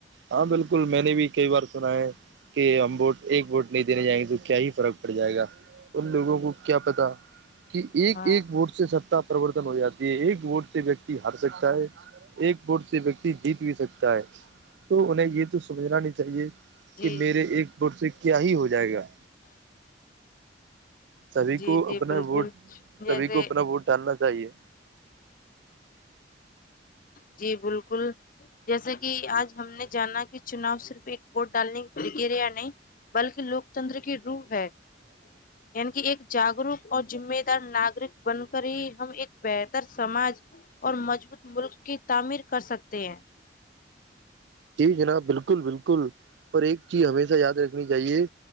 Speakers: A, on the right; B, on the left.
A: ہاں بالکل میں نے بھی کئی بار سنا ہے کہ ہم ووٹ ایک ووٹ نہیں دینے جائیں گے تو کیا ہی فرق پڑ جائے گا ان لوگوں کو کیا پتا کہ ایک
B: ہاں
A: ایک ووٹ سے ستا پروررتن ہو جاتی ہے ایک ووٹ سے ویکتی ہار سکتا ہے ایک بورڈ سے ویکتی جیت بھی سکتا ہے تو انہیں یہ تو سمجھنا نہیں چاہیے
B: جی
A: کہ میرے ایک بٹ سے کیا ہی ہو جائے گا سبھی
B: جی
A: کو
B: جی
A: اپنا
B: بالکل
A: ووٹ
B: جیسے
A: سبھی کو اپنا ووٹ ڈالنا چاہیے
B: جی بالکل جیسا کہ آج ہم نے جانا کہ چناؤ صرف ایک ووٹ ڈالنے کی پرکر یا نہیں بلکہ لوک تنتر کی روح ہے
A: <inaudible>
B: یع کہ ایک جاگروک اور جذمے دار ناگرک بن کر ہی ہم ایک بہتر سماج اور مضبوط ملک کی تعمیر کر سکتے ہیں
A: جی جناب بالکل بالکل پر ایک چیز ہمیشہ یاد رکھنی چاہیے